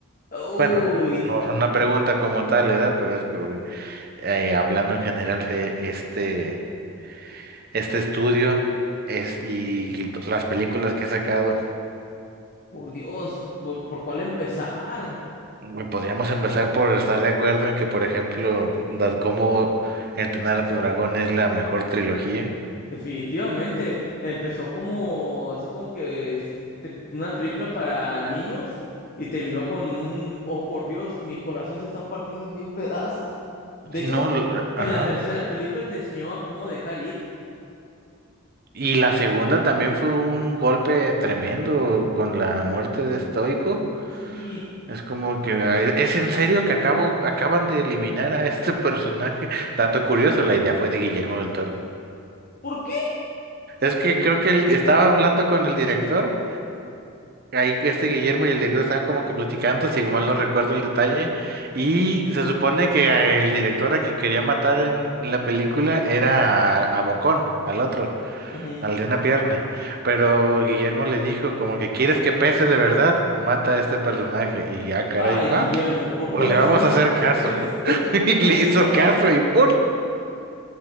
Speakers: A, on the left; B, on the right.
A: Uy,
B: Bueno, no es una pregunta como tal, ¿verdad? Pero es que eh, hablando en general de este, este estudio es, y t- las películas que he sacado,
A: por Dios, ¿por, por cuál empezar?
B: güey, podríamos empezar por estar de acuerdo en que, por ejemplo, la- cómo entrenar a tu dragón es la mejor trilogía.
A: Definitivamente, empezó como, así como que es te- una película para niños y terminó con un, oh por Dios, mi corazón se está partiendo en mil pedazos. De
B: Sí,
A: hecho,
B: no, l- ajá.
A: en la tercera película te enseñó a cómo dejar ir.
B: Y la segunda también fue un golpe tremendo con la muerte de Stoico.
A: Sí,
B: Es como que ah, e- es en serio que acabo, acaban de eliminar a este personaje. <laughs> Dato curioso, la idea fue de Guillermo del Toro.
A: ¿por qué?
B: Es que creo que él estaba hablando con el director. Ahí este Guillermo y el director estaban como que platicando, si igual no recuerdo el detalle. Y se supone que eh, el director a quien quería matar en la película era a, a Bocón, al otro.
A: Ujú.
B: al de una pierna. Pero Guillermo le dijo, como que quieres que pese de verdad, mata a este personaje. Y ya, caray,
A: Ay,
B: va,
A: Guillermo, ¿por
B: pues
A: qué nos
B: le vamos
A: hiciste
B: a hacer caso.
A: esto?
B: <laughs> Y
A: <laughs>
B: le hizo caso y ¡pum!